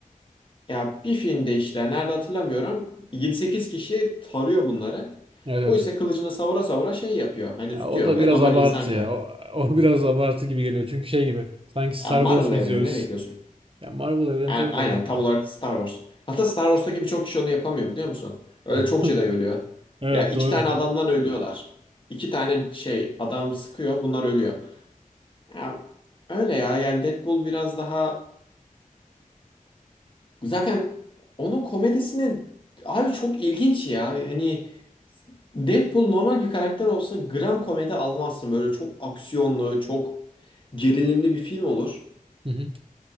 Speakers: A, on the left; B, on the right.
A: ya bir filmde işte nerede hatırlamıyorum. 7-8 kişi tarıyor bunları.
B: Evet.
A: Bu
B: evet.
A: ise kılıcını savura savura şey yapıyor. Hani
B: Ya
A: tutuyor
B: o da
A: ve
B: biraz
A: normal
B: abartı
A: insanken.
B: ya. O, o <laughs> biraz abartı gibi geliyor. Çünkü şey gibi. Sanki Star
A: Ya Marvel
B: Wars mu
A: evreni
B: izliyoruz?
A: ne bekliyorsun?
B: Ya Marvel evreni
A: Yani
B: tabii
A: aynen
B: de kanka.
A: tam olarak Star Wars. Hatta Star Wars'taki birçok kişi onu yapamıyor biliyor musun? Öyle
B: <laughs>
A: çok Jedi ölüyor.
B: Evet
A: Ya iki
B: doğru.
A: tane adamdan ölüyorlar. İki tane şey adam sıkıyor bunlar ölüyor. Ya, öyle ya yani Deadpool biraz daha... Zaten onun komedisini abi çok ilginç ya. Hani Deadpool normal bir karakter olsa gram komedi almazsın. Böyle çok aksiyonlu, çok gerilimli bir film olur.
B: Hı hı.